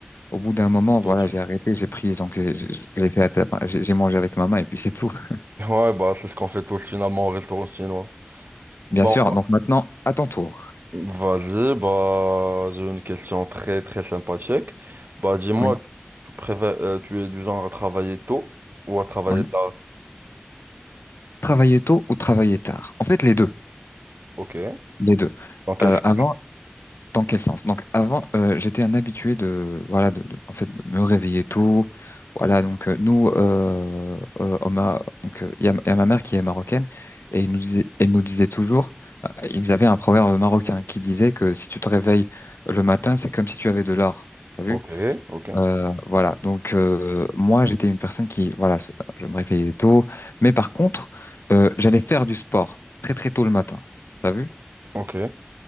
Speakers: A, on the left; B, on the right.
A: au bout d'un moment,
B: Plutôt
A: voilà,
B: dur.
A: j'ai arrêté, j'ai pris donc j'ai- j'ai- je l'ai fait à ta- j'ai j'ai mangé avec ma main et puis c'est tout. <laughs>
B: Ouais, bah, c'est ce qu'on fait tous finalement au restaurant chinois. Bon,
A: Bien sûr. Donc maintenant, à ton tour.
B: vas-y, bah, j'ai une question très, très sympathique. Bah, dis-moi,
A: Oui,
B: tu préfères, euh, tu es du genre à travailler tôt ou à travailler
A: oui.
B: tard?
A: Travailler tôt ou travailler tard? En fait, les deux,
B: Ok.
A: les deux.
B: Dans quel
A: Euh,
B: sens?
A: avant Dans quel sens? Donc avant, euh, j'étais un habitué de voilà de, de- en fait de me réveiller tôt. Voilà donc euh, nous euh, euh, on m'a- donc euh, il y a, il y a ma mère qui est marocaine et il nous disait elle nous disait toujours euh, ils avaient un proverbe marocain qui disait que si tu te réveilles le matin c'est comme si tu avais de l'or. T'as vu?
B: Ok, ok,
A: Euh, voilà donc euh, moi j'étais une personne qui voilà se- je me réveillais tôt mais par contre euh, j'allais faire du sport très très tôt le matin. T'as vu?
B: ok.